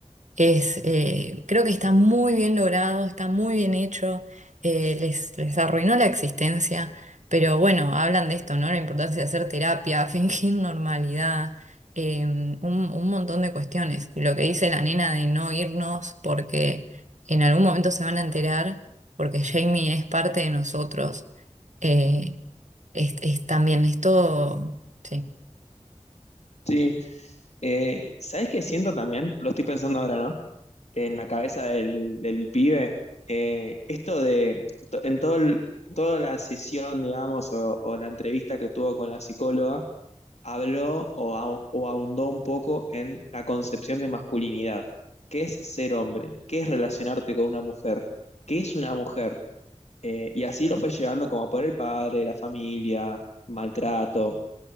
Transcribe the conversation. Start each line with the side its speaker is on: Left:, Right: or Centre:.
Right: eh, creo que está muy bien logrado, está muy bien hecho, eh, les, les arruinó la existencia, pero bueno, hablan de esto, ¿no? La importancia de hacer terapia, <laughs> fingir normalidad, eh, un, un montón de cuestiones. Y lo que dice la nena de no irnos porque en algún momento se van a enterar, porque Jamie es parte de nosotros, eh, es, es también, es todo, sí.
Left: Sí, eh, ¿sabes qué siento también? Lo estoy pensando ahora, ¿no? en la cabeza del, del pibe, eh, esto de, to- en todo el- toda la sesión, digamos, o, o la entrevista que tuvo con la psicóloga, habló o, ah- o ahondó un poco en la concepción de masculinidad. ¿Qué es ser hombre? ¿Qué es relacionarte con una mujer? ¿Qué es una mujer? Eh, y así lo fue llevando como por el padre, la familia, maltrato